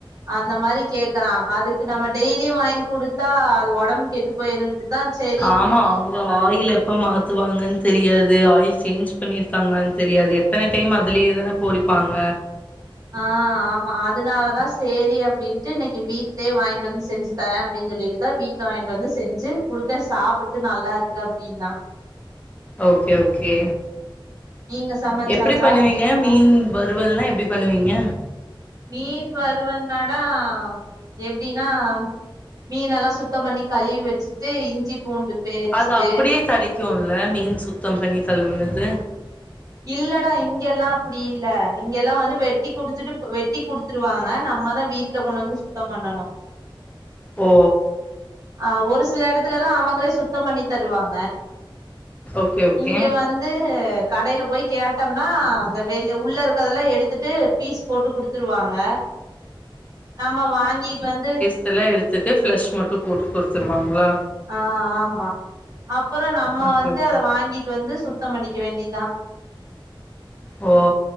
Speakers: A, on the right (about 40°); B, on the left (about 15°).
A: அந்த மாரி கேக்கறா அதுக்கு நம்ம டெய்லியு வாங்கி குடுத்தா அது ஒடம்பு கெட்டு போயிரு இதான் சேர்
B: ஆமா அவுங்கோ ஆயில் எப்போ மாத்துவாங்கன் தெரியாது ஆயில் சேஞ்ச் பண்ணியிருக்காங்ளா தெரியாது அத்தன டைம் அதுலேயே தான பொறிப்பாங்க
A: ஆ ஆமா அதனாலதா சேரி அப்டின்ட்டு இன்னைக்கி வீட்லயே வாங் வந்து செஞ்சு தரே அப்டின் சொல்லிட்டுதா வீட்ல வாங்கிட்டு வந்து செஞ்சு குடுத்தே சாப்ட்டுட்டு நல்லாருக்கு அப்டின்னா
B: ஓகே ஓகே
A: நீங்க சமச்சாச்சா
B: எப்டி பண்ணுவீங் ஏ மீன் வறுவல்னா எப்பிடி பண்ணுவீங்க
A: மீன் வருவல்னடா எப்டினா மீன்னெல்லா சுத்தம் பண்ணி கழுவி வச்சிட்டு இஞ்சி பூண்டு பேஸ்ட்டு
B: அது அப்டியே கெடைக்குல்ல மீன் சுத்தம் பண்ணி கழுவுனது
A: இல்லடா இங்கெல்லா அப்பிடியில்ல இங்கெல்லா வந்து வெட்டி குடுத்துட்டு இப் வெட்டி குடுத் குடுத்துருவாங்க நம்மதா வீட்ல கொண்டு வந்து சுத்தம் பண்ணணு
B: ஓ
A: ஆ ஒரு சில எடத்துலலா அவங்களே சுத்தம் பண்ணி தருவாங்க
B: ஓகே ஓகே
A: இங்க வந்து கடையில போய் கேட்டோம்னா அந்த வெளி உள்ளருக்கதெல்லா எடுத்துட்டு பீஸ் போட்டு குடுத்துருவாங்க நம்ம வாங்கிட்டு வந்து
B: இதெல்லா எடுத்துட்டு ஃப்ளெஷ் மட்டும் போட்டு குடுத்துருவாங்களா
A: ஆ ஆமா அப்புறோ நம்ம
B: ஓகே
A: வந்து
B: ஓகே
A: அத வாங்கிட்டு வந்து சுத்தம் பண்ணிக்க வேண்டியதா
B: ஓ